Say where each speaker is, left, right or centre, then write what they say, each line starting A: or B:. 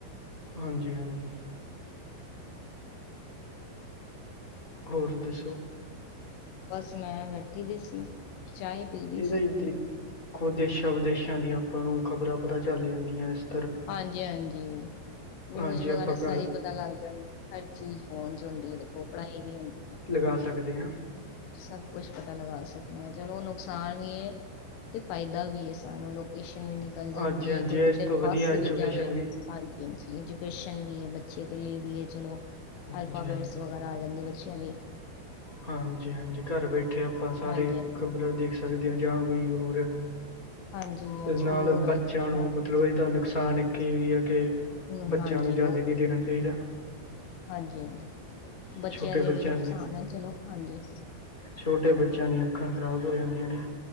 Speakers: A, on the left; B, on the left.
A: ਹਾਂਜੀ-ਹਾਂਜੀ। ਹੋਰ ਦੱਸੋ?
B: ਬਸ ਮੈਂ ਬੈਠੀ ਦੀ ਸੀ ਚਾਏ ਪੀ ਰਹੀ
A: ਏਦਾ
B: ਸੀ
A: ਜੀ ਦੇਖੋ ਦੇਸ਼ਾਂ ਵਿਦੇਸ਼ਾਂ ਦੀਆਂ ਆਪਾਂ ਨੂੰ ਖ਼ਬਰਾਂ ਪਤਾ ਚੱਲ ਜਾਂਦੀਆਂ ਏਸ
B: ਹਾਂਜੀ-ਹਾਂਜੀ ਨਿਊਜ
A: ਹਾਂਜੀ
B: ਵਗੈਰਾ
A: ਆਪਾਂ ਘਰ
B: ਸਾਰੀ ਪਤਾ ਲੱਗ ਜਾਂਦੀ ਹਰ ਚੀਜ਼ ਫੋਨ ਚ ਹੁੰਦੀ ਏ ਦੇਖੋ ਪੜ੍ਹਾਈ ਵੀ ਹੁੰਦੀ ਐ
A: ਗਾ ਸਕਦੇ ਆਂ।
B: ਸਭ ਕੁਛ ਪਤਾ ਲਗਾ ਸਕਦੇ ਆ ਚਲੋ ਨੁਕਸਾਨ ਵੀ ਏ ਤੇ ਫਾਇਦਾ ਵੀ ਏ ਸਾਨੂੰ ਲੋਕੇਸ਼ਨ ਵੀ ਨਿਕਲ ਜਾਂਦੀ
A: ਹਾਂਜੀ ਹਾਂਜੀ
B: ਏ ਕੋਈ
A: ਇਸ
B: ਕੀਤੇ
A: ਤੋਂ ਵਧੀਆ
B: ਫੱਸ
A: ਐਜੂਕੇਸ਼ਨ
B: ਵੀ ਜਾਵੇ,
A: ਵੀ
B: ਹਾਂਜੀ ਐਜੂਕੇਸ਼ਨ ਵੀ ਏ ਬੱਚੇ ਦੇ ਲਈ ਵੀ ਏ ਚਲੋ,
A: ਹਾਂਜੀ
B: ਅਲਫਾਬੈਟਸ
A: ਹਾਂਜੀ
B: ਵਗੈਰਾ ਆ ਜਾਂਦੇ ਬੱਚਿਆਂ ਦੀ।
A: ਹਾਂਜੀ-ਹਾਂਜੀ ਘਰ ਬੈਠੇ ਆਪਾਂ ਸਾਰੇ
B: ਹਾਂਜੀ ਹਾਂਜੀ
A: ਖ਼ਬਰਾਂ ਦੇਖ ਸਕਦੇ ਆ ਜਾਂ ਵੀ ਨੀ ਹੋ ਰੇਆ
B: ਹਾਂਜੀ
A: ਤੇ
B: ਅੱਜ
A: ਨਾਲ
B: ਕੀ ਹੋ ਰਿਹਾ
A: ਬਚੇਆ ਨੂੰ
B: ਹਾਂਜੀ
A: ਨੁਕਸਾਨ ਇੱਕ ਏ ਵੀ ਆ ਕਿ
B: ਹਮ,
A: ਬੱਚਿਆਂ
B: ਹਾਂਜੀ
A: ਨੂੰ ਜਾਦੇ ਨਈ ਦੇਣਾ ਚਾਈਦਾ।
B: ਹਾਂਜੀ-ਹਾਂਜੀ ਬੱਚੇਆਂ
A: ਛੋਟੇ
B: ਲਈ
A: ਬੱਚਿਆਂ
B: ਵੀ ਨੁਕਸਾਨ
A: ਦੀਆਂ
B: ਐ ਚਲੋ ਹਾਂਜੀ।
A: ਛੋਟੇ ਬੱਚੇਆਂ ਦੀਆਂ ਅੱਖਾਂ ਖਰਾਬ ਹੋ ਜਾਂਦੀਆਂ ਨੇ।